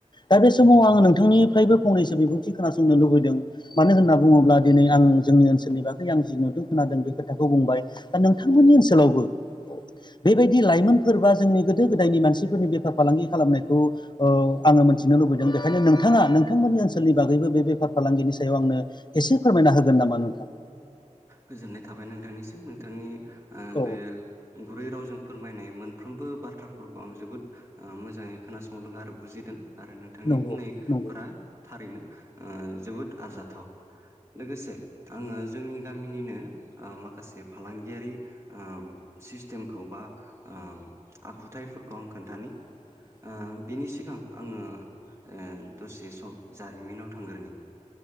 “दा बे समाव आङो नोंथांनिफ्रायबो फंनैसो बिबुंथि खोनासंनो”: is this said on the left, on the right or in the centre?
Left